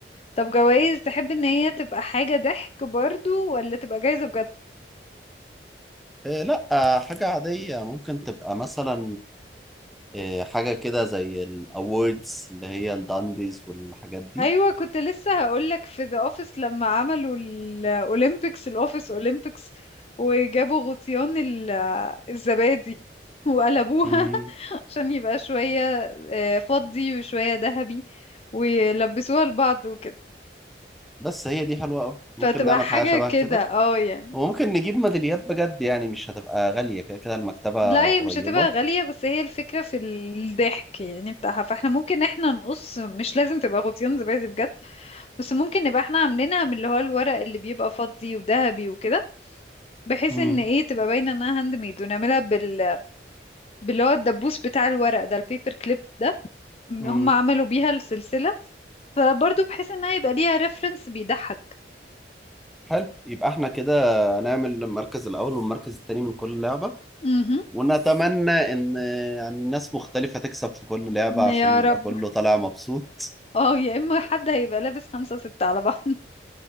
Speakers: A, on the left; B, in the centre.
A: طب جوايز تحب ان هي تبقى حاجة ضحك برضو ولا تبقى جايزة بجد
B: آه، لا آه، حاجة عادية ممكن تبقى مثلا آه، حاجة كده زي الاووردز اللي هي الدانديز والحاجات دي
A: ايوه كنت لسه هقولك في ذا اوفيس لما عملوا الاولمبيكس الاوفيس اولمبيكس وجابوا غطيان ال- الزبادي وقلبوها
B: مم،
A: <laughs> عشان يبقى شويه آه، فضي وشويه ذهبي ويلبسوها لبعض وكده
B: بس هي دي حلوة قوي ممكن
A: فتبقى
B: نعمل
A: حاجه
B: حاجة شبه
A: كده
B: كده
A: اه يعني
B: وممكن نجيب ميداليات بجد يعني مش هتبقى غالية كده كده المكتبة
A: لا هي
B: قريبة
A: مش هتبقى غاليه بس هي الفكره في الضحك يعني بتاعها فاحنا ممكن احنا نقص مش لازم تبقى غطيان زبادي بجد بس ممكن نبقى احنا عاملينها من اللي هو الورق اللي بيبقى فضي وذهبي وكده بحيث
B: امم
A: ان ايه تبقى باينه انها هاند ميد ونعملها بال باللي هو الدبوس بتاع الورق ده البيبر كليب ده هم
B: امم
A: عملوا بيها السلسله فبرضه بحيث انها يبقى ليها ريفرنس بيضحك
B: حلو يبقى احنا كده نعمل المركز الأول والمركز التاني من كل لعبة
A: امم
B: ونتمنى إن يعني ناس مختلفة تكسب في كل لعبة عشان
A: يا
B: يبقى
A: رب
B: كله طالع مبسوط
A: اه يا اما حد هيبقى لابس خمسة ستة على بعض <laughs>